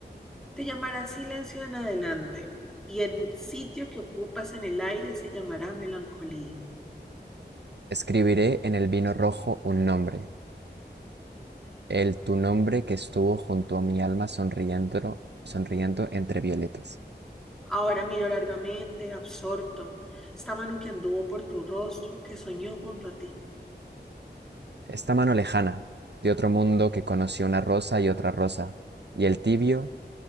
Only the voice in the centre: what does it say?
Te llamará silencio en adelante, y el sitio que ocupas en el aire se llamará melancolía.
Ahora miro largamente, absorto, esta mano que anduvo por tu rostro, que soñó junto a ti.